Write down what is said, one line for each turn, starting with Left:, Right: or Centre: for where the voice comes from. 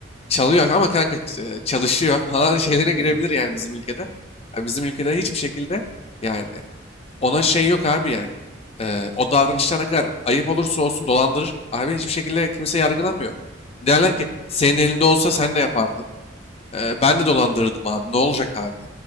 Left: Çalıyor ama kanka ç- çalışıyor falan <laughs> şeylerine
Right: Hı hı.
Left: girebilir
Right: değil mi?
Left: yani bizim ülkede. Yani bizim ülkede hiçbir şekilde yani ona şey yok abi yani. Ee, o davranışlar ne kadar ayıp olursa olsun dolandırır. Abi hiçbir şekilde kimse yargılamıyor. Derler ki senin elinde olsa sen de yapardın. Ee, ben de dolandırırdım abi. Ne olacak abi?